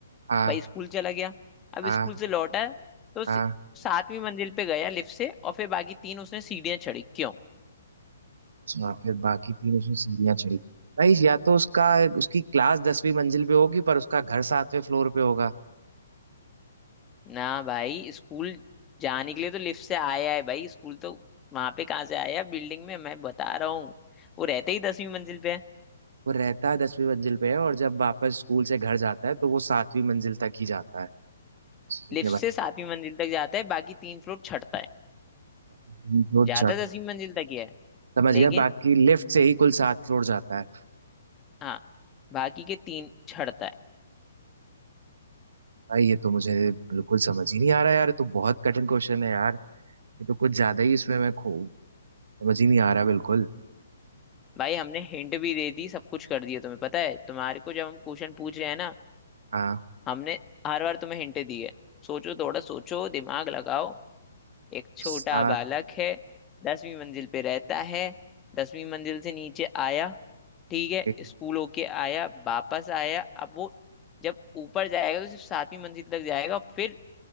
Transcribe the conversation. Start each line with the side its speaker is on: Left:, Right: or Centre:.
Right: हाँ
Left: भाई स्कूल चला गया अब
Right: हाँ
Left: स्कूल से लौटा तो स-
Right: हाँ
Left: सातवीं मंजिल पे गया लिफ्ट से और फिर बाकी तीन उसने सीढ़ियां चढ़ी क्यों
Right: अच्छा फिर बाकी तीन उसने सीढ़ियां चढ़ी भाई या तो उसका उसकी क्लास दसवीं मंजिल पे होगी पर उसका घर सातवें फ्लोर पे होगा
Left: ना भाई स्कूल जाने के लिए तो लिफ्ट से आया है भाई स्कूल तो वहां पे कहाँ से आया बिल्डिंग में मैं बता रहा हूँ वो रहते ही दसवीं मंजिल पे है
Right: वो रहता है दसवीं मंजिल पे है और जब वापस स्कूल से घर जाता है तो वो सातवीं मंजिल तक ही जाता है ठीक
Left: लिफ्ट
Right: है भाई
Left: से सातवीं मंजिल तक जाता है बाकी तीन फ्लोर चढ़ता है
Right: बाकी तीन फ्लोर
Left: जाता
Right: चढ़
Left: दसवीं मंजिल तक ही है
Right: समझ गया
Left: लेकिन
Right: बाकी लिफ्ट से ही कुल सात फ्लोर जाता है
Left: हाँ बाकी के तीन चढ़ता है
Right: भाई ये तो मुझे बिल्कुल समझ ही नहीं आ रहा यार ये तो बहुत कठिन क्वेश्चन है यार ये तो कुछ ज्यादा ही इसमें मैं खो समझ ही नहीं आ रहा बिल्कुल
Left: भाई हमने हिंट भी दे दी सब कुछ कर दिया तुम्हें पता है तुम्हारे को जब हम क्वेश्चन पूछ रहे हैं ना
Right: हाँ
Left: हमने हर बार तुम्हें हिंट दी है सोचो थोड़ा सोचो दिमाग लगाओ एक छोटा
Right: सात
Left: बालक है दसवीं मंजिल पे रहता है दसवीं मंजिल से नीचे आया ठीक है
Right: एक,
Left: स्कूल होके आया वापस आया अब वो जब ऊपर जाएगा तो सिर्फ सातवीं मंजिल तक जाएगा फिर